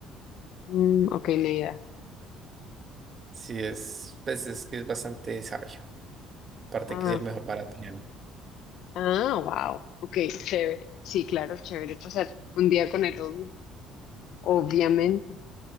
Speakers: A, on the left (about 65°); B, on the right (about 30°).
A: Mm, ok, ni idea.
B: Sí, es, pues, es que es bastante sabio. Aparte
A: Ah,
B: que es el
A: ok.
B: mejor maratoniano.
A: Ah, wow. Ok, chévere. Sí, claro, chévere pasar un día con el obvio. Obviamente.